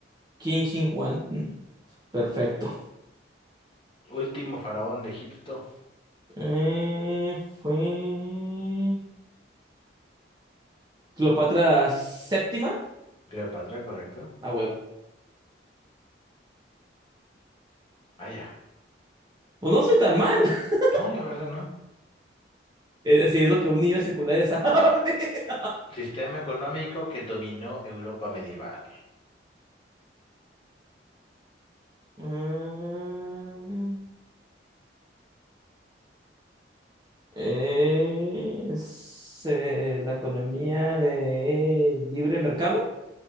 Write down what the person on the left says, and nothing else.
Último faraón de Egipto.
Cleopatra, ¿correcto?
Ah, ya.
No, la verdad no.
Sistema económico que dominó Europa medieval.